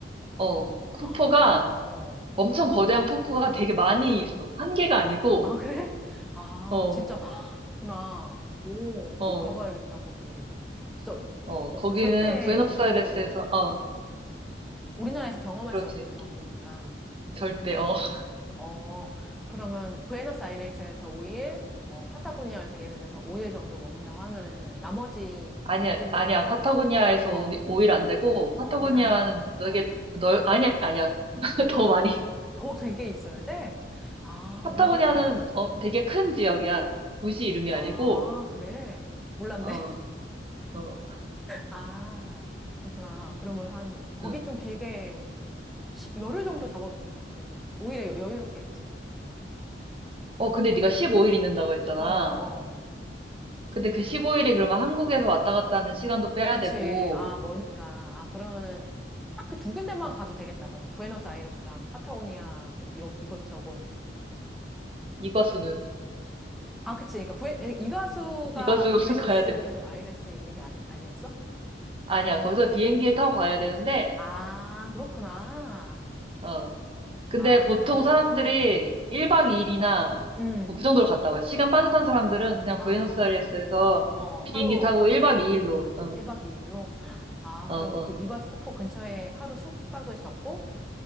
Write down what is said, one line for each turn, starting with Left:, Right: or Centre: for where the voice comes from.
Right: 어,
Centre: <gasps>
Right: 폭포가,
Centre: 어.
Right: 엄청 거대한 폭포가 되게 많이 있어. 한 개가 아니고,
Centre: 아, 그래? 아,
Right: 어,
Centre: 진짜. <gasps> 구나. 오,
Right: 어,
Centre: 꼭 가봐야겠다, 거기. 진짜,
Right: 어,
Centre: 어,
Right: 거기는
Centre: 절대
Right: 부에노스아이레스에서,
Centre: 어디서도,
Right: 어,
Centre: 어, 우리나라에서 경험할
Right: 그렇지.
Centre: 수 없는 경험이니까.
Right: 절대, 어. <laughs>
Centre: 어, 그러면 부에노스아이레스에서 5일, 뭐, 파타고니아에서 예를 들어서 5일 정도 머문다고 하면은, 나머지
Right: 아니야,
Centre: 5일,
Right: 아니야. 파타고니아에서
Centre: 어,
Right: 오, 5일 안 되고, 파타고니아는
Centre: 어, 2, 3일?
Right: 되게
Centre: 어,
Right: 넓, 아니야, 아니야. <laughs> 더 많이.
Centre: 더 길게 있어야 돼? 아,
Right: 파타고니아는
Centre: 오히려?
Right: 어, 되게 큰 지역이야. 도시 이름이
Centre: 아,
Right: 아니고,
Centre: 그래. 몰랐네.
Right: 어, 어,
Centre: 아, 그렇구나. 그러면 한, 거기
Right: 응.
Centre: 좀 길게, 뭐, 시, 열흘 정도 잡아도 되, 겠다 오히려 여- 여유롭게, 그치?
Right: 어, 근데 네가 15일 있는다고 했잖아.
Centre: 어, 어.
Right: 근데 그 15일이 그러면 한국에서 왔다 갔다 하는 시간도 빼야
Centre: 그치.
Right: 되고,
Centre: 아, 머니까. 아, 그러면은, 딱 그 두 군데만 가도 되겠다. 그러면, 부에노스아이레스랑 파타고니아, 뭐, 이, 이것저것. 어.
Right: 이과수는,
Centre: 아, 그치. 그러니까, 부에, 이 가수가
Right: 이과수로
Centre: 부에노스아이레스에
Right: <laughs> 가야 돼.
Centre: 있는 게 아니, 아니었어?
Right: 아니야, 거기서 비행기를 타고 가야 되는데,
Centre: 아, 그렇구나.
Right: 어. 근데
Centre: 아,
Right: 보통 사람들이 1박 2일이나
Centre: 음.
Right: 뭐 그 정도로 갔다 와요. 시간 빠듯한 사람들은 그냥
Centre: 아,
Right: 부에노스아이레스에서
Centre: 어,
Right: 비행기
Centre: 하루.
Right: 타고 1박 2일로, 어,
Centre: 1박 2일로? 아,
Right: 어,
Centre: 그럼
Right: 어,
Centre: 그 이과수폭포 근처에 하루 숙박을 잡고